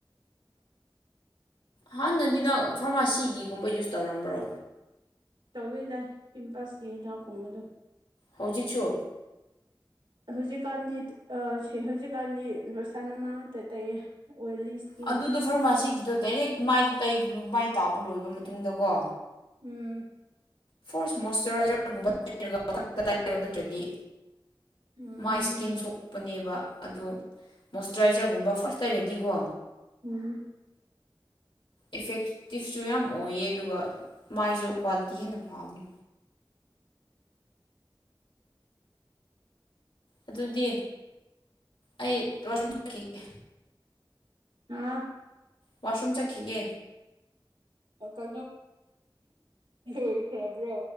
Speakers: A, on the left; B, on the right.
A: ꯍꯥꯟꯅꯗꯤ ꯅꯪ ꯐꯥꯔꯃꯥꯁꯤꯒꯤꯒꯨꯝꯕ ꯌꯨꯁ ꯇꯧꯔꯝꯕ꯭ꯔꯣ
B: ꯇꯧꯋꯤ ꯗꯥꯏ ꯄꯤꯝꯄꯜꯁꯀꯤ ꯍꯤꯗꯥꯛ ꯀꯨꯝꯕꯗꯣ
A: ꯍꯧꯖꯤꯛꯁꯨ
B: ꯍꯧꯖꯤꯛꯀꯥꯟꯗꯤ ꯁꯤ ꯍꯧꯖꯤꯛꯀꯥꯟꯗꯤ ꯂꯣꯏꯁꯥꯟꯅ ꯑꯃꯇ ꯇꯌꯦ ꯑꯣꯏꯂꯤ ꯏꯁ꯭ꯀꯤꯟꯒ
A: ꯑꯗꯨꯗꯣ ꯐꯥꯔꯃꯥꯁꯤꯒꯤꯗꯣ ꯗꯥꯏꯔꯦꯛ ꯃꯥꯏꯗ ꯇꯩꯒꯅꯨ ꯃꯥꯏ ꯇꯥꯕ ꯂꯣꯏꯕ ꯃꯇꯨꯡꯗꯀꯣ
B: ꯎꯝ
A: ꯐꯣꯔꯁꯔꯒꯨꯝꯊ ꯅꯠꯇ꯭ꯔꯗꯤ
B: ꯎꯝ
A: ꯃꯥꯏ ꯏꯁꯀꯤꯟ ꯁꯣꯛꯄꯅꯦꯕ ꯑꯗꯣ ꯃꯣꯏꯆꯔꯥꯏꯖꯔꯒꯨꯝꯕ ꯐꯥꯔꯁ ꯂꯩꯔꯗꯤꯀꯣ
B: ꯎꯝ
A: ꯏꯐꯦꯛꯇꯤꯞꯁꯨ ꯌꯥꯝ ꯑꯣꯏꯌꯦ ꯑꯗꯨꯒ ꯃꯥꯏꯁꯨ ꯀ꯭ꯋꯥꯂꯤꯇꯤ ꯍꯦꯟꯅ ꯄ ꯊꯥꯃꯤ ꯑꯗꯨꯗꯤ ꯑꯩꯨꯝꯈꯤꯒꯦ
B: ꯑꯥ
A: ꯋꯥꯁꯔꯨꯝ ꯆꯠꯈꯤꯒꯦ
B: ꯀꯣ ꯂꯣꯏꯈ꯭ꯔꯕ꯭ꯔꯣ